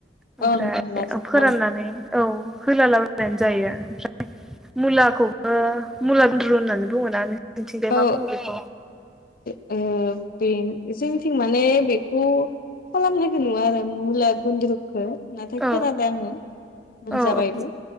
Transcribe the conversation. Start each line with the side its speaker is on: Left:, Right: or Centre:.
Centre: ओमफ्राय
Left: ओं अनलाजों
Centre: फोराननानै
Left: औ
Centre: औ होलालाबायनानै जायो ओमफ्रा मुलाखौबो मुला गुन्द्रु होननानै बुङोना नों नोंसोरनिथिंजाय
Left: औ
Centre: मा बुङो बेखौ
Left: ओ बे जोंथिं माने बेखौ खालामनायखौ नुवा आरो मुला गुन्द्रुखौ नाथाय
Centre: औ
Left: खोनादो आङो मोनजाबायबो
Centre: औ औ